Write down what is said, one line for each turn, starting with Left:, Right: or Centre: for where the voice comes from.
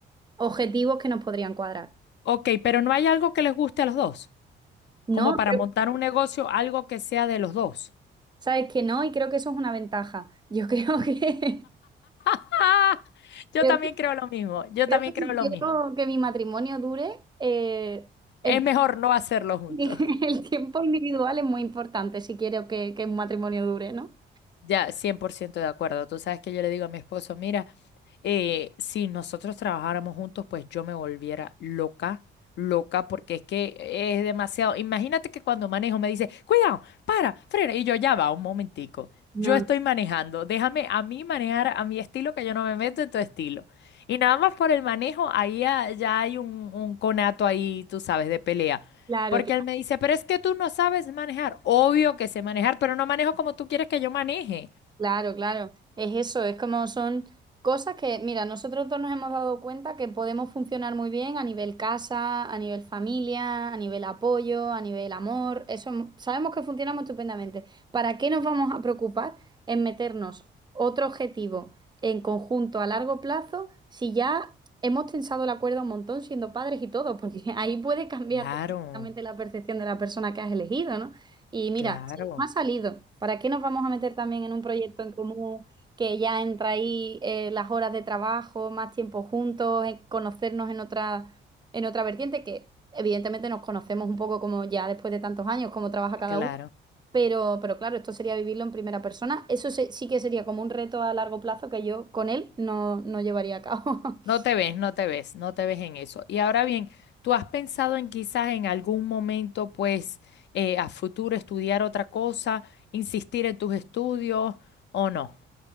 Right: objetivos que nos podrían cuadrar.
Left: ok, pero ¿no hay algo que les guste a los dos?
Right: No,
Left: Como para
Right: creo-
Left: montar un negocio, algo que sea de los dos.
Right: sabes que no y creo que eso es una ventaja. <laughs> Yo creo que,
Left: <laughs> Ah,
Right: <laughs>
Left: Yo
Right: creo
Left: también
Right: que,
Left: creo lo mismo, yo
Right: creo
Left: también
Right: que si
Left: creo lo
Right: quiero
Left: mismo.
Right: que mi matrimonio dure, eh, el,
Left: Es mejor no hacerlo
Right: <laughs>
Left: juntos.
Right: el tiempo individual es muy importante si quiero que, que un matrimonio dure, ¿no?
Left: Ya, 100% de acuerdo. Tú sabes que yo le digo a mi esposo, mira. eh, si nosotros trabajáramos juntos, pues yo me volviera loca, loca, porque es que es demasiado. Imagínate que cuando manejo me dice, cuidado, para, frena, y yo ya va, un momentico.
Right: No,
Left: Yo estoy
Right: no.
Left: manejando, déjame a mí manejar a mi estilo, que yo no me meto en tu estilo. Y nada más por el manejo, ahí ya, ya hay un, un conato ahí, tú sabes, de pelea.
Right: Claro,
Left: Porque él me dice, pero es que tú no sabes manejar. Obvio que sé manejar, pero no manejo como tú quieres que yo maneje.
Right: Claro, claro, es eso, es como son cosas que, mira, nosotros dos nos hemos dado cuenta que podemos funcionar muy bien a nivel casa, a nivel familia, a nivel apoyo, a nivel amor, eso m- sabemos que funcionamos estupendamente. ¿Para qué nos vamos a preocupar en meternos otro objetivo en conjunto a largo plazo si ya hemos tensado la cuerda un montón siendo padres y todo? Porque <laughs> ahí puede cambiar
Left: Claro,
Right: <laughs> completamente la percepción de la persona que has elegido, ¿no? Y mira
Left: claro,
Right: no ha salido. ¿Para qué nos vamos a meter también en un proyecto en común que ya entra ahí eh, las horas de trabajo, más tiempo juntos, en conocernos en otra, en otra vertiente que evidentemente nos conocemos un poco como ya después de tantos años, cómo trabaja cada
Left: claro.
Right: uno? Pero, pero claro, esto sería vivirlo en primera persona. Eso se- sí que sería como un reto a largo plazo que yo con él no, no llevaría a cabo.
Left: No
Right: <laughs>
Left: te ves, no te ves, no te ves en eso. Y ahora bien, ¿tú has pensado en quizás en algún momento, pues, eh, a futuro estudiar otra cosa, insistir en tus estudios o no?